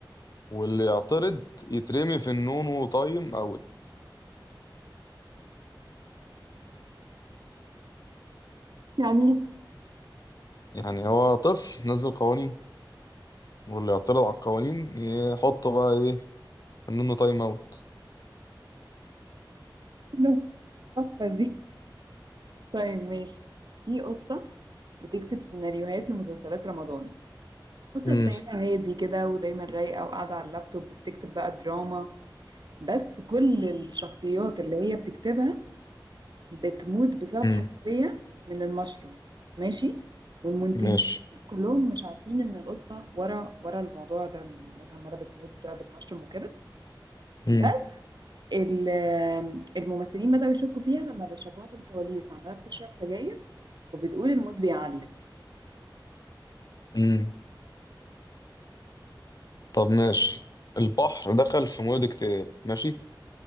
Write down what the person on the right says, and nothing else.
يعني
إيه التحفه دي طيب ماشي في قطه بتكتب سيناريوهات لمسلسلات رمضان قطه
ستايلها هادي كده ودايما رايقه وقاعده على اللابتوب وبتكتب بقى دراما بس كل الشخصيات اللي هي بتكتبها بتموت بسبب
حساسية من المشروم ماشي والمنتجين
كلهم مش عارفين ان القطة ورا ورا الموضوع ده ان الناس عمالة بتموت بسبب المشروم وكده
بس ال- الممثلين بدأوا يشكوا فيها لما شافوها في الكواليس عمالة بتشرب سجاير وبتقول الموت بيعلم